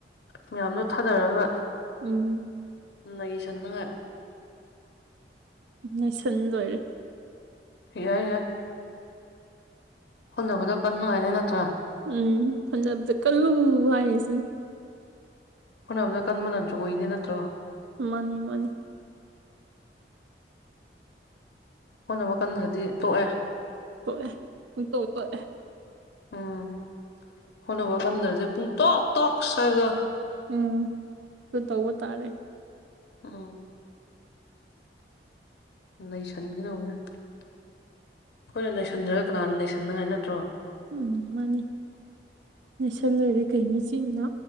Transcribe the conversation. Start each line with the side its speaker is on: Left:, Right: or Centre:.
Left: ꯃꯌꯥꯝꯗꯨꯣ ꯊꯥꯗꯔꯒ
Right: ꯎꯝ
Left: ꯂꯩꯁꯟꯉꯥꯏ
Right: ꯅꯁꯟ ꯂꯣꯏꯔꯦ
Left: ꯌꯥꯏ ꯌꯥꯏ ꯍꯣꯠꯅꯕꯗꯣ ꯀꯟꯅ ꯅꯨꯡꯉꯥꯏꯅꯦ ꯅꯠꯇ꯭ꯔꯥ
Right: ꯎꯝ ꯈꯟꯖꯅꯕꯗ ꯀꯜꯂꯨ ꯍꯥꯏꯔꯤꯁꯤꯅꯦ
Left: ꯍꯣꯠꯅꯕꯗ ꯀꯟꯕꯅ ꯖꯣꯏꯅꯦ ꯅꯠꯇ꯭ꯔꯣ
Right: ꯃꯥꯅꯤ ꯃꯥꯅꯤ
Left: ꯍꯣꯠꯅꯕ ꯀꯟꯗꯗꯤ ꯇꯣꯛꯑꯦ
Right: ꯑꯦ ꯇ ꯑꯦ
Left: ꯎꯝ ꯍꯜꯂꯣꯕ ꯈꯟꯊꯔꯁꯦ ꯄꯨꯡ ꯇꯣꯛ ꯇꯣꯛ ꯁꯕꯗ
Right: ꯎꯝ ꯁ ꯇꯧꯕ ꯇꯥꯔꯦ
Left: ꯑꯥ <unintelligible> ꯂꯩꯁꯟꯒꯗꯧꯅꯦ ꯑꯩꯈꯣꯏꯅ ꯂꯩꯁꯟꯗ꯭ꯔꯒ ꯀꯅꯥꯅ ꯂꯩꯁꯟꯅꯉꯥꯏ ꯅꯠꯇ꯭ꯔꯣ
Right: ꯎꯝ ꯃꯥꯅꯤ ꯅꯣꯏꯁꯟ ꯂꯣꯏꯔꯦ ꯀꯩꯅꯤꯆꯤꯅ